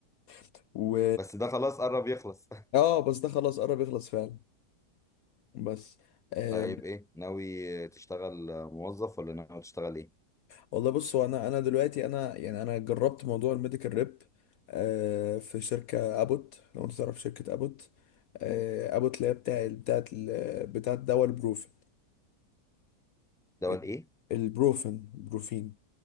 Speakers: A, on the left; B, in the centre.
A: <laughs> و
B: بس ده خلاص قرب يخلص <laughs>
A: اه بس ده خلاص قرب يخلص فعلا بس آه
B: طيب ايه ناوي تشتغل موظف ولا ناوي تشتغل ايه
A: والله بص هو انا انا دلوقتي انا يعني انا جربت موضوع الميديكال ريب آه في شركه ابوت لو انت تعرف شركه ابوت آه ابوت اللي هي بتاع بتاعت ال- بتاعت دواء البروفين
B: دول
A: آه،
B: ايه
A: البروفين بروفين